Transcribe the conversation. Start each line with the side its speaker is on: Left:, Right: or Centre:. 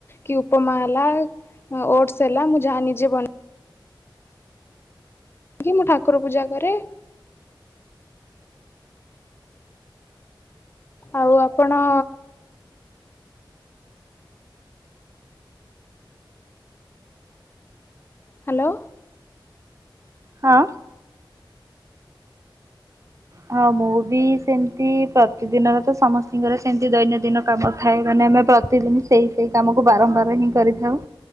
Left: କି ଉପମା ହେଲା ଓଟସ ହେଲା ମୁଁ ଯାହା ନିଜେ ବନେଇ କି ମୁଁ ଠାକୁର ପୂଜା କରେ। ଆଉ ଆପଣ ହ୍ୟାଲୋ।
Right: ହଁ। ହଁ ମୁଁ ବି ସେମତି ପ୍ରତିଦିନର ତ ସମସ୍ତଙ୍କର ସେମତି ଦୈନନ୍ଦିନ କାମ ଥାଏ ମାନେ ଆମେ ସେଦିନ ସେଇ ସେଇ କାମକୁ ବାରମ୍ବାର ହିଁ କରିଥାଉ।